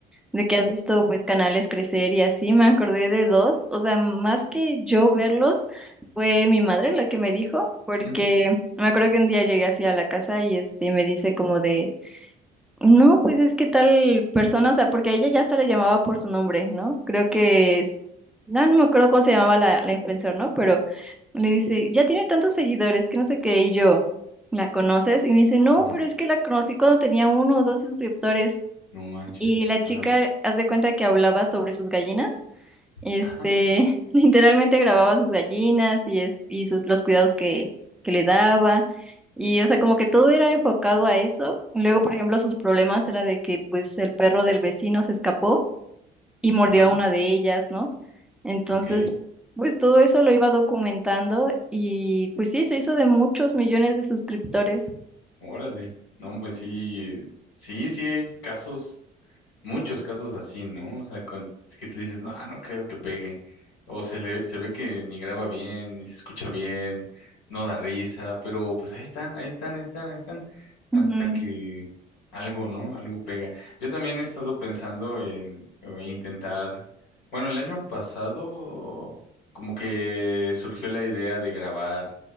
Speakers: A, in the centre; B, on the left.
A: de que has visto pues canales crecer y así, me acordé de dos, o sea, más que yo verlos, fue mi madre la que me dijo, porque
B: ujú,
A: me acuerdo que un día llegué así a la casa y este me dice como de no, pues es que tal persona, o sea, porque a ella ya hasta la llamaba por su nombre, ¿no? Creo que es, no, no me acuerdo cómo se llamaba la, la influencer, ¿no? Pero le dice, ya tiene tantos seguidores, que no sé qué, y yo, ¿la conoces? Y me dice, no,
B: ujú,
A: pero es que la conocí cuando tenía uno o dos suscriptores.
B: no manches,
A: Y la chica,
B: ajá,
A: haz de cuenta que hablaba sobre sus gallinas. Este,
B: ajá,
A: <laughs> literalmente grababa sus gallinas y, es, y sus, los cuidados que, que le daba. Y, o sea, como que todo era enfocado a eso. Luego, por ejemplo, sus problemas era de que, pues, el perro del vecino se escapó y mordió
B: ajá,
A: a una de ellas, ¿no? Entonces,
B: ok,
A: pues, todo eso lo iba documentando y, pues, sí, se hizo de muchos millones de suscriptores.
B: órale, no, pues sí, eh, sí, sí hay casos muchos casos así, ¿no? O sea, con- que tú dices, no, ah, no creo que pegue. O se le, se ve que ni graba bien, ni se escucha bien, no da risa, pero pues ahí están, ahí están, ahí están, ahí están, hasta
A: Ujú.
B: que
A: <laughs>
B: algo, ¿no? Algo pega. Yo también he estado pensando en, eh, intentar, bueno, el año pasado como que surgió la idea de grabar